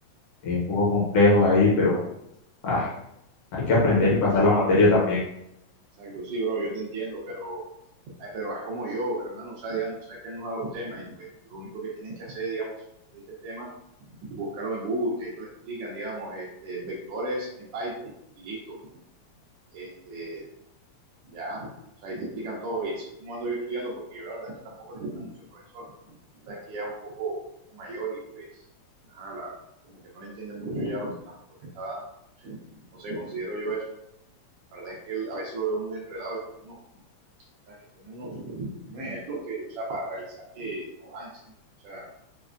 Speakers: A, on the left (about 70°); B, on the right (about 80°).
A: eh, un poco complejos ahí, pero ah, hay que aprender
B: Entonces,
A: y pasar la materia también.
B: exacto, sí, bro, yo te entiendo, pero, eh, pero haz como yo, hermano. O sea, digamos, sabes que él nos da los temas y pues lo único que tienes que hacer, digamos, si no entendiste el tema, búscalo en Google, que ahí te lo explican, digamos, este, vectores en Python y listo. Este, Ya, o sea, ahí te explican todo y así como ando yo estudiando, porque yo la verdad es que tampoco le entiendo mucho al profesor, la verdad es que ya un poco, un poco mayor y pues, ajá, la, como que no le entiende mucho ya lo que está, lo que está dando, no sé, no sé, considero yo eso, la verdad es que él, a veces lo veo muy enredado y pues, no, no, o sea, que pone unos, unos ejemplos que, o sea, para realizar que no van, ¿sí? me entiendes? o sea,